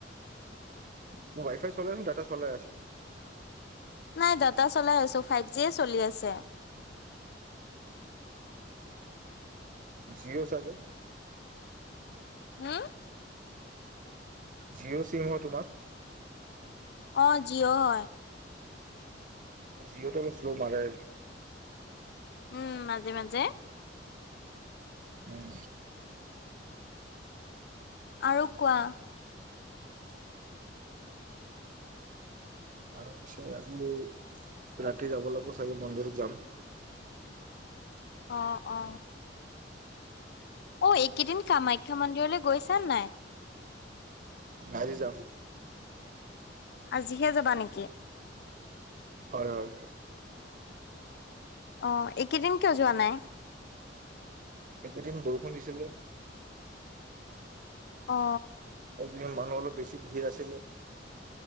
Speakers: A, on the right; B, on the left.
A: মোৰ ৱাইফাই চলাই আছোঁ ডাটা চলাই আছোঁ।
B: নাই ডাটা চলাই আছো ফাইভ জি চলি আছে
A: জিঅ চাগে
B: হা
A: জিঅ' চিম হয় তোমাৰ।
B: অ জিঅ হয়।
A: জিঅটো অলপ শ্ল' মাৰে।
B: উম মাজে মাজে।
A: উম।
B: আৰু কোৱা।
A: আৰু পি আজি ৰাতি যাব লাগিব চাগে মন্দিৰত যাম।
B: আহ অ অ এইকেইদিন কামাখ্যা মন্দিৰলৈ গৈছানে নাই।
A: আজি যাম।
B: আজিহে যাবা নেকি
A: হয় হয়।
B: অ এইকেইদিন কিয় যোৱা নাই।
A: একেইদিন বৰষুণ দিছিলে।
B: অ
A: এইকেইদিন মানুহ অলপ বেছি ভিৰ আছিলে।